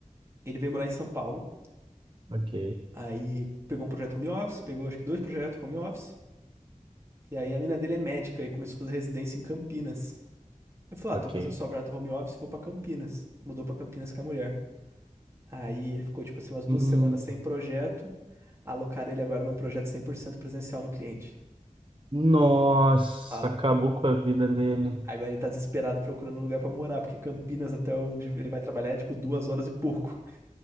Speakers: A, on the right (about 20°); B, on the right (about 40°).
A: Ele veio morar em São Paulo,
B: Ok,
A: aí pegou um projeto home office, pegou acho que dois projetos home office, e aí a mina dele é médica e começou a fazer residência em Campinas. Ele falou,
B: ok.
A: ah, tô fazendo só projeto home office, vou pra Campinas. Mudou pra Campinas com a mulher. Aí ele ficou, tipo assim, umas duas
B: Hum,
A: semanas sem projeto, alocaram ele agora num projeto 100% presencial no cliente.
B: nossa,
A: Isso. Falo.
B: acabou com a vida dele.
A: Agora ele tá desesperado procurando um lugar pra morar, porque Campinas até onde ele vai trabalhar é tipo duas horas e pouco.